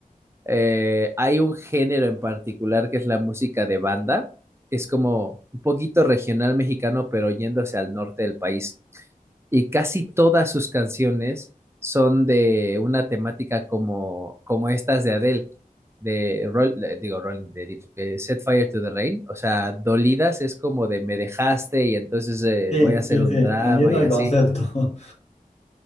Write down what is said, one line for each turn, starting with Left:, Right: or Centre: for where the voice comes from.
Right: eh, hay un género en particular que es la música de banda, que es como un poquito regional mexicano, pero yéndose al norte del país. Y casi todas sus canciones son de una temática como, como estas de Adele, de, Roll- de- digo, Rolling, de, de Set Fire to the Rain, o sea, dolidas es como de me dejaste y entonces eh,
Left: Sí,
Right: voy a
Left: sí,
Right: hacer un
Left: sí,
Right: drama
Left: entiendo
Right: y
Left: el
Right: así.
Left: concepto.